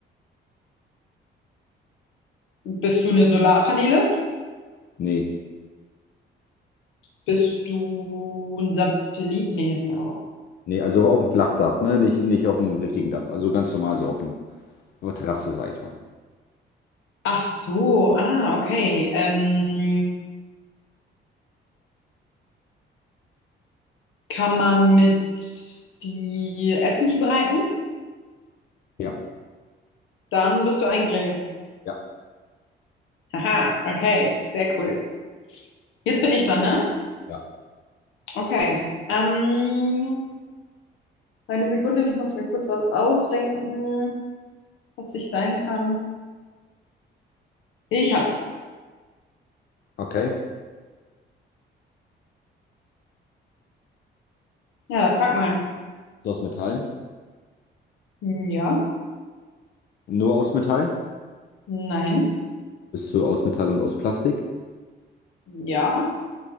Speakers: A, on the left; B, on the left.
A: Bist du eine Solarpaneele?
B: Nee,
A: Bist du ein Satellit? Nee, ist ja auch.
B: nee, also auf dem Flachdach, ne? Nicht, nicht auf dem richtigen Dach. Also ganz normal so auf dem, auf der Terrasse, sag ich mal.
A: Ach so, ah, okay. Ähm, kann man mit die Essen zubereiten?
B: Ja,
A: Dann bist du ein Grill.
B: ja,
A: Haha, okay, sehr cool. Jetzt bin ich dran, ne?
B: ja.
A: Okay. Ähm, eine Sekunde, ich muss mir kurz was ausdenken, was ich sein kann. Ich hab's.
B: Okay.
A: Ja, frag mal.
B: Ist aus Metall.
A: Hm, Ja,
B: Nur aus Metall?
A: nein,
B: Bist du aus Metall und aus Plastik?
A: ja,